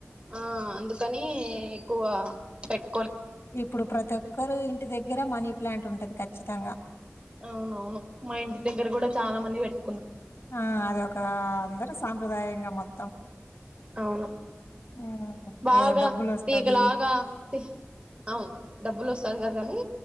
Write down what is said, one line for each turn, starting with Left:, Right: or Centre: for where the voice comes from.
Right: ఆ అందుకని ఎక్కువా పెట్
Left: ఇప్పుడు ప్రతి ఒక్కరు ఇంటి దగ్గర మనీ ప్లాంట్ ఉంటది ఖచ్చితంగా.
Right: అవునవును మా ఇంటి దగ్గర కూడా చాలా మంది పెడు
Left: ఆ అది ఒక అందరు సాంప్రదాయంగా మొత్తం.
Right: అవును
Left: హ్మ్.
Right: బాగా
Left: ఏదో డబ్బులొస్తది.
Right: తీగలాగా తి అవును డబ్బులు వస్తది కదా కానీ